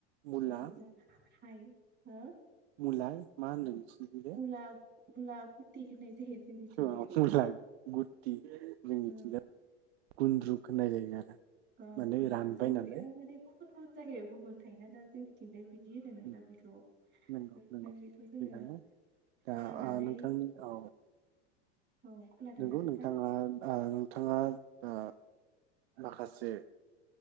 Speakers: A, on the right (about 70°); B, on the right (about 35°).
A: मुला
B: बेखौ जों हाय हो?
A: <unintelligible> मा होनो <unintelligible>
B: मुला मुला <unintelligible> जोंनिथिं
A: अ
B: बेखौ
A: मुला गुति <unintelligible>
B: ओं
A: गुन्द्रुक होननाय जायो <unintelligible>
B: औ <unintelligible> अ माने
A: माने रानबाय नालाय
B: गुबुन गुबुन जायगायाव गुबुन <unintelligible> दा जोंथिंजायबो <unintelligible> <unintelligible> होनो
A: उम
B: दा बेखौ ओमफ्राय
A: नंगौ नंगौ
B: बेखौ जोङो
A: थिगानो दा
B: हानानै
A: ओ नोंथांनि औ
B: औ खोनादोंना
A: नंगौ
B: नोंथां
A: नोंथाङा नोंथाङा दा माखासे